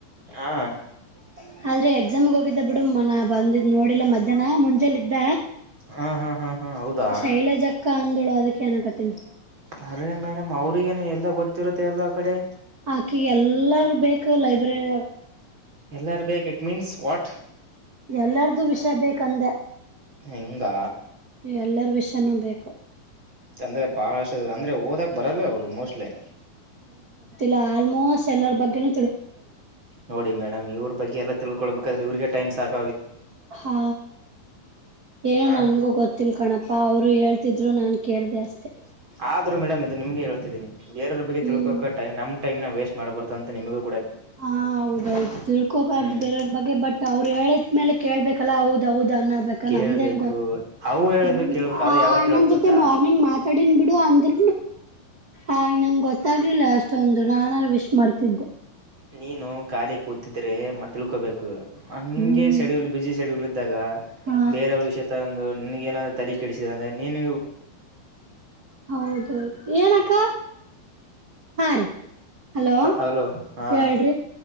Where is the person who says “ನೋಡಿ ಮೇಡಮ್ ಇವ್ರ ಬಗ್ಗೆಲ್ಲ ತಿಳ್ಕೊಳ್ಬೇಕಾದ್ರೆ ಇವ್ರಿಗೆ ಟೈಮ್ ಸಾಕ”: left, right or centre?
Right